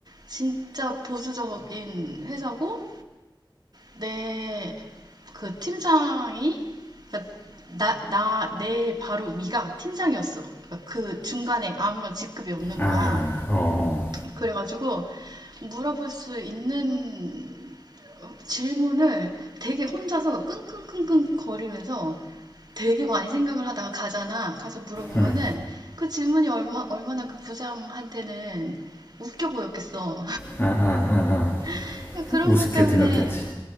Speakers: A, on the right; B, on the left.
A: 진짜 보수적인 회사고, 내 그 팀장이, 그러니까 나, 나, 내 바로 위가 팀장이었어. 그러니까 그 중간에 아무런 직급이 없는
B: 아,
A: 거야.
B: 어, 어,
A: 그래가지고, 물어볼 수 있는 질문을 되게 혼자서 끙끙끙끙 거리면서 되게 많이 생각을 하다가 가잖아. 가서 물어보면은
B: 음,
A: 그 질문이 얼마, 얼마나 그 부장한테는 웃겨 보였겠어.
B: 아, 아, 아, 아,
A: <laughs> 그런
B: 우습게
A: 것 때문에
B: 들렸겠지.